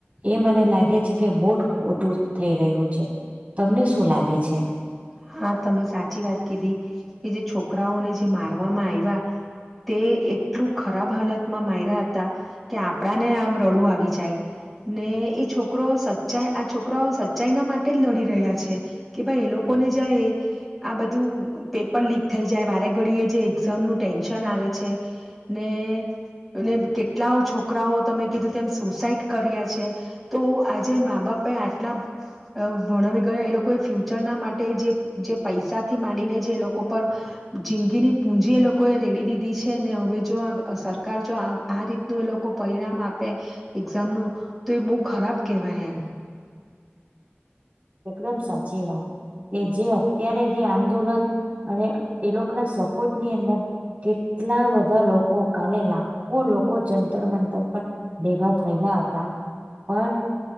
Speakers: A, on the right; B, in the centre.
A: એ મને લાગે છે કે બોટ ખોટું થઈ રહ્યું છે તમને શું લાગે છે
B: હા તમે સાચી વાત કીધી કે જે છોકરાઓને જે મારવામાં આવ્યા તે એટલું ખરાબ હાલતમાં મારર્યા હતા કે આપણા ને આમ રડું આવી જાય ને એ છોકરો સચ્ચાઈ આ છોકરાઓ સચ્ચાઈ ના માટે જ લડી રહ્યા છે. કે ભાઈ એ લોકો ને જ એ આ બધું પેપર લીક થઈ જાય વારે ઘડીએ જે એક્ઝામનું ટેન્શન આવે છે. ને કેટલા છોકરાઓ તમે કીધું તેમ સુસાઈડ કર્યા છે તો આજે મા બાપ એ આટલા ભણાવ ગયા એ લોકો ફ્યુચર ના માટ જે પૈસા થી માંડીને જે એ લોકો પર જિંદગીની પૂંજી એ લોકોએ રેડી દીધી છે ને હવે જો સરકાર જો આ આ રીતનું એ લોકો પરિણામ આપે એક્ઝામનું તો એ બહુ ખરાબ કહેવાય એમ.
A: એકદમ સાચી વાત કે જે અત્યારે જે આંદોલન અને એ લોકોના સપોર્ટ ની અંદર, કેટલા બધા લોકો કાલે લાખો લોકો જંતર મંતર પર, ભેગા થયેલા હતા પણ